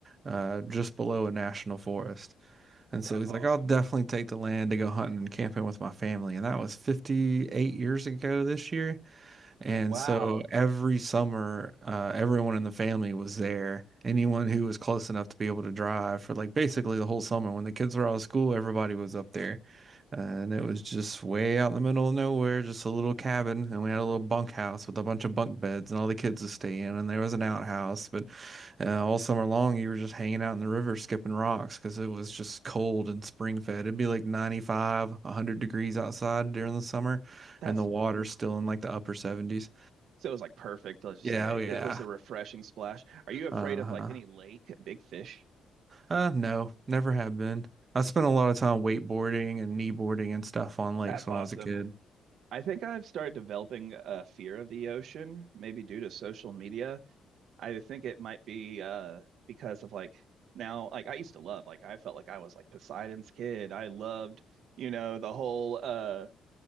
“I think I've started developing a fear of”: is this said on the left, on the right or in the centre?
Right